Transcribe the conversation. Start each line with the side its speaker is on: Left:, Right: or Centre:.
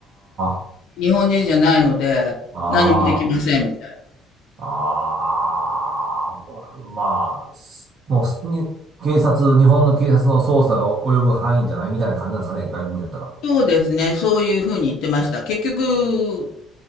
Right: あ
Left: 日本人じゃないので、
Right: あ。ああ。
Left: 何もできません、みたいな。
Right: ああ、もうまあ、すもうすに、警察、日本の警察の捜査が及ぶ範囲じゃないみたいな感じなんですかね、外国人だったら。
Left: そうですね。そういうふうに言ってました。結局、